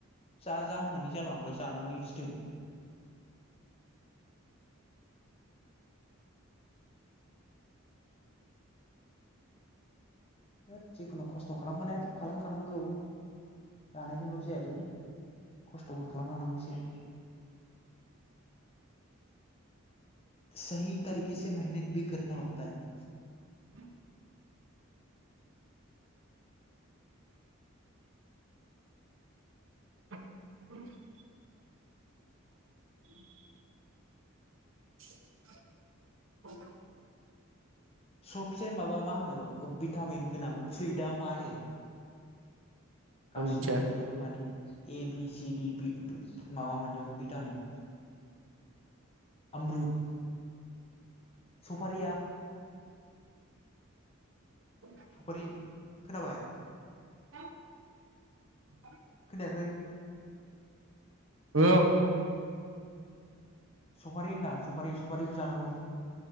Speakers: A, on the left; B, on the right.
A: जा जा होननानै जानला मोनला जानानै सिथोब। होद जिखुनु खस्थ' खालामखानायाथ' खालामखानांगौ। जानायजोंल' जायालै खस्थ'बो खालामनो हानांगौ एसे। सोहि तरिकेसे मेहेनेत बि करना हता है।
B: <inaudible> <inaudible> <inaudible> <inaudible>
A: सबसे माबा मा होनो भिटामिन गोनां फ्रुयद आ मा होनो?
B: आं
A: गासिबो
B: मिथिया
A: मोनजोबो मानि ए बि सि डि माबा मोनजोबो भिटामिन। आमरुद सफारिया
B: <inaudible>
A: सफारि खोनाबाय?
B: <inaudible>
A: खोनायाखै?
B: औ
A: सफारि होनदां सफारि सफारिबो जानांगौ।